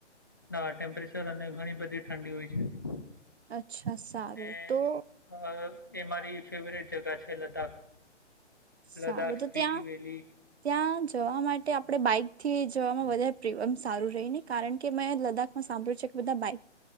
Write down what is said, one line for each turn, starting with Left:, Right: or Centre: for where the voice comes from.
Left: નાા ટેમ્પરેચર અને ઘણી બધી ઠંડી હોય છે ત્યાં
Right: અચ્છા સારું
Left: ને
Right: તો
Left: અ એ મારી ફેવરટ જગા છે લદ્દાખ લદ્દાખ,
Right: સારું
Left: સ્પીતિ
Right: તો ત્યાં
Left: વેલી
Right: ત્યાં જવા માટે આપડે બાઈક થી જવામાં વધારે ફરી સારું રહી ને કારણ કે મેં લદ્દખ સાંભળ્યું છે કે બધા બાઈક